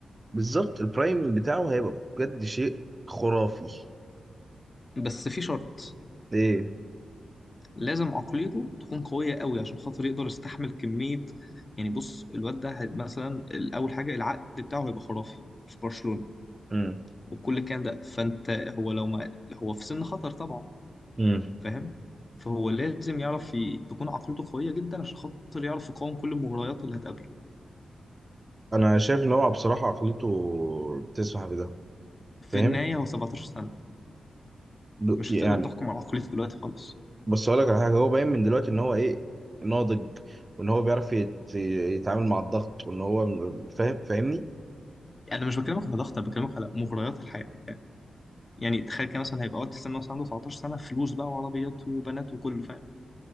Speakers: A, on the right; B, on the left.
A: بالظبط البرايم بتاعه هيبقى بجد شيء خرافي
B: بس في شرط
A: ايه
B: لازم عقليته تكون قوية قوي عشان خاطر يقدر يستحمل كمية يعني بص الواد ده هي- مثلا أول حاجة العقد بتاعه هيبقى خرافي في برشلونة
A: امم
B: وكل الكلام ده فأنت هو لو ما هو في سن خطر طبعا
A: امم
B: فاهم فهو لازم يعرف ي... تكون عقليته قوية جدا عشان خاطر يعرف يقاوم كل المغريات اللي هتقابله
A: انا شايف ان هو بصراحه عقليته تسمح بده
B: في
A: فاهم
B: النهاية هو 17 سنة
A: ب...
B: مش
A: يعني
B: هتقدر تحكم على عقليته دلوقتي خالص
A: بس اقول لك على حاجه هو باين من دلوقتي ان هو ايه ناضج وان هو بيعرف يت... يتعامل مع الضغط وان هو م- فاهم فاهمني
B: أنا مش بكلمك على ضغط أنا بكلمك على مغريات الحياة يعني تخيل كده مثلا هيبقى وقت السن مثلا عنده 19 سنة فلوس بقى وعربيات وبنات وكله فاهم